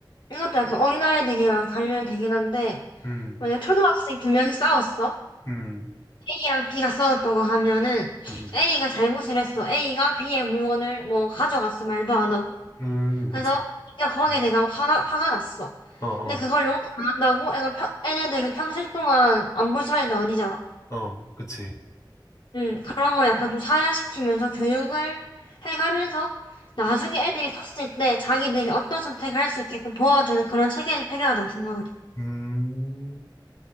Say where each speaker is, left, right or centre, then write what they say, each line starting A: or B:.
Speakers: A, on the left; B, on the left.
A: 이것도 약간 어린아이들이랑 관련이 되긴 한데,
B: 음,
A: 만약 초등학생 두 명이 싸웠어?
B: 음,
A: A랑 B가 싸웠다고 하면은
B: 음,
A: A가 잘못을 했어. A가 B의 물건을 뭐 가져갔어. 말도 안 하고.
B: 음, 음,
A: 그래서
B: 그치.
A: B가 거기에
B: 음,
A: 내가 화가, 화가 났어.
B: 어, 어,
A: 근데 그걸 용서 안 한다고 애가 평, 애네들은 평생 동안 안 볼 사이도 아니잖아.
B: 어, 그치.
A: 음, 그런 걸 약간 좀 사회화시키면서 교육을 해가면서 나중에 애들이 컸을 때 자기들이 어떤 선택을 할 수 있게끔 도와주는 그런 체계가 필요하다고 생각을 해.
B: 음,